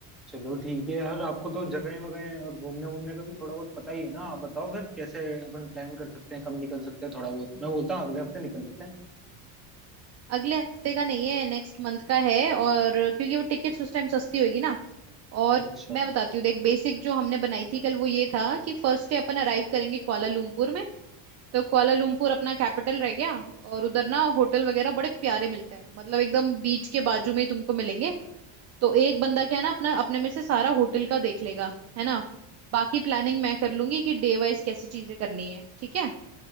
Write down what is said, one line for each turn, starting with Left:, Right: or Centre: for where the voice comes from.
Centre: चलो ठीक है यार आपको तो जगह वगैरह और घूमने वूमने का भी थोड़ा बहुत पता ही है ना आप बताओ फिर कैसे अपन प्लान कर सकते हैं कब निकल सकते हैं थोड़ा बहुत मैं बोलता हूँ अगले हफ्ते निकल लेते हैं
Right: अगले हफ्ते का नहीं है नेक्स्ट मंथ का है और क्योंकि वो टिकट्स उस टाइम सस्ती होगी ना और
Centre: अच्छा
Right: मैं बताती हूँ देख बेसिक जो हमने बनाई थी कल वो ये था कि फर्स्ट डे अपन अराइव करेंगे कुआलालंपुर में, तो कुआलालंपुर अपना कैपिटल रह गया और उधर ना होटल वगैरह बड़े प्यारे मिलते हैं मतलब एकदम बीच के बाजू में ही तुमको मिलेंगे तो एक बंदा क्या है ना अपना अपने में से सारा होटल का देख लेगा है ना बाकी प्लानिंग मैं कर लूंगी कि डे वाइज कैसी चीजें करनी है ठीक है